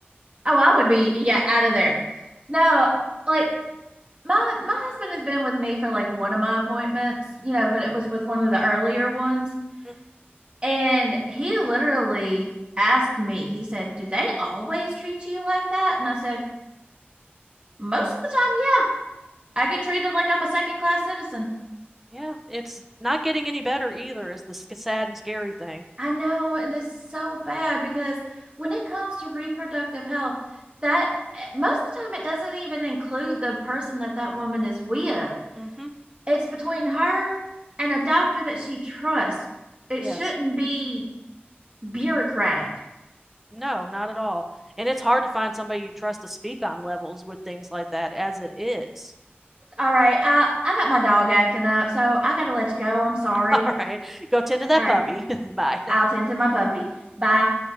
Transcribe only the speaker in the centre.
Mm,
Yeah, it's not getting any better either, is the sc- sad and scary thing.
Mm-hmm.
Yes.
No, not at all. And it's hard to find somebody you trust to speak on levels with things like that as it is.
<laughs> All right. Go tend to that
puppy. <laughs> Bye.